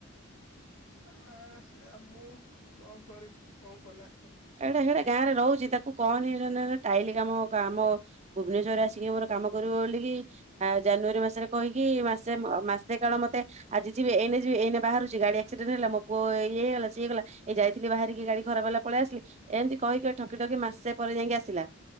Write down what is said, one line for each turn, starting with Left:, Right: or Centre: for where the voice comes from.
Left: ଆ ସେ ମୁଁ କଣ କରି କଣ କରଲା
Right: ଏଇଟା ସେଇଟା ଗାଁ ରେ ରହୁଚି ତାକୁ କହନି ନି ନି ଟାଇଲି କାମ କାମ ଭୁବନେଶ୍ୱରେ ଆସିକି ମୋର କାମ କରିବ ବୋଲିକି ଆ ଜାନୁଆରୀ ମାସରେ କହିକି ମାସେ ମାସେ କାଳ ମତେ ଆଜି ଯିବି ଏଇନ ଯିବି ଏନେ ବାହାରୁଚି ଗାଡି ଆକ୍ସିଡେଣ୍ଟ ହେଲା ମୋ ପୁଅ ଇଏ ହେଇଗଲା ସିଏ ହେଇଗଲା। ଏ ଯାଇଥିଲି ବାହାରିକି ଗାଡି ଖରାପ ହେଲା ପଳେଇ ଆସିଲି ଏମିତି କହିକି ଠକି ଠକି ମାସେ ପରେ ଯାଇକି ଆସିଲା।